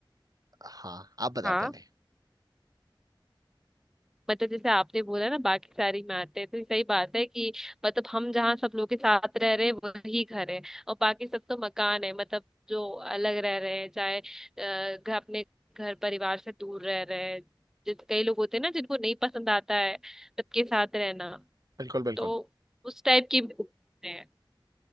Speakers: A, on the right; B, in the centre.
A: हाँ आप बताओ
B: हाँ
A: पहले
B: मतलब जैसे आपने बोला ना बाकी सारी में आते हैं तो सही बात है कि मतलब हम जहाँ सब लोग के साथ रह रहे हैं वही घर है और बाकी सब तो मकान है मतलब जो अलग रह रहे हैं चाहे अ, घर अपने घर परिवार से दूर रह रहे हैं जैसे कई लोग होते हैं ना जिनको नहीं पसंद आता है सबके साथ रहना
A: बिल्कुल बिल्कुल
B: तो उस टाइप की भी होते हैं।